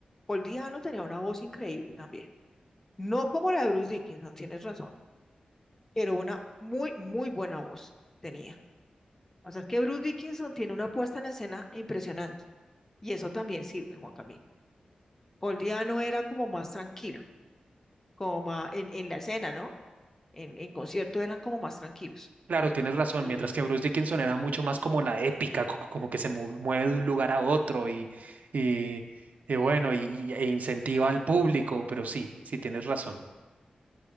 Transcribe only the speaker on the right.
Claro, tienes razón,
mientras que Bruce Dickinson era mucho más como la épica, co- co- como que se mu- mueve de un lugar a otro y, y, y bueno, y, y- e incentiva al público, pero sí, sí tienes razón.